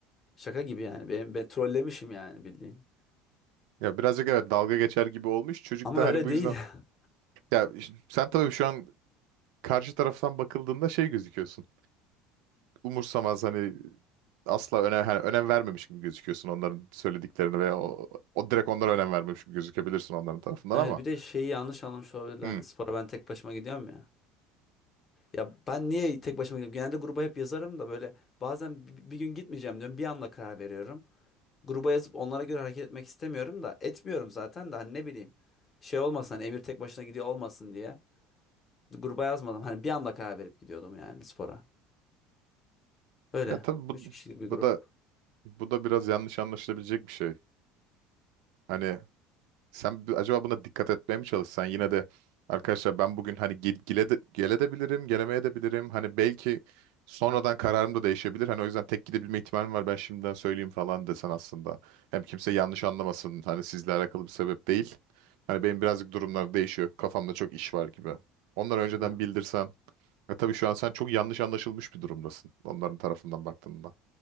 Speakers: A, on the left; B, on the right.
A: Şaka gibi yani ben, ben trollemişim yani bildiğin.
B: Ya birazcık evet dalga geçer gibi olmuş. Çocuk
A: Ama
B: da
A: öyle
B: hani bu
A: değil.
B: yüzden.
A: <laughs>
B: Ya ş- sen tabii şu an karşı taraftan bakıldığında şey gözüküyorsun. Umursamaz hani asla önem, hani önem vermemiş gibi gözüküyorsun onların söylediklerini veya o, o direkt onlara önem vermemiş gibi gözükebilirsin onların tarafından
A: Evet
B: ama.
A: bir de şeyi yanlış anlamış olabilirler.
B: Hmm.
A: Hani spora ben tek başıma gidiyorum ya. Ya ben niye tek başıma gidiyorum? Genelde gruba hep yazarım da böyle bazen bi- bir, gün gitmeyeceğim diyorum. Bir anda karar veriyorum. Gruba yazıp onlara göre hareket etmek istemiyorum da etmiyorum zaten de hani ne bileyim. Şey olmasın hani Emir tek başına gidiyor olmasın diye. Gruba yazmadım. Hani bir anda karar verip gidiyordum yani spora. Öyle.
B: Ya tabii bu,
A: Üç kişilik bir
B: bu
A: grup.
B: da bu da biraz yanlış anlaşılabilecek bir şey. Hani sen bi- acaba buna dikkat etmeye mi çalışsan yine de arkadaşlar ben bugün hani gel, gele de, gele de bilirim, gelemeye de bilirim. Hani belki sonradan kararım da değişebilir. Hani o yüzden tek gidebilme ihtimalim var. Ben şimdiden söyleyeyim falan desen aslında. Hem kimse yanlış anlamasın. Hani sizle alakalı bir sebep değil. Hani benim birazcık durumlar değişiyor. Kafamda çok iş var gibi. Onları önceden
A: Hı.
B: bildirsen. Ya tabii şu an sen çok yanlış anlaşılmış bir durumdasın. Onların tarafından baktığında.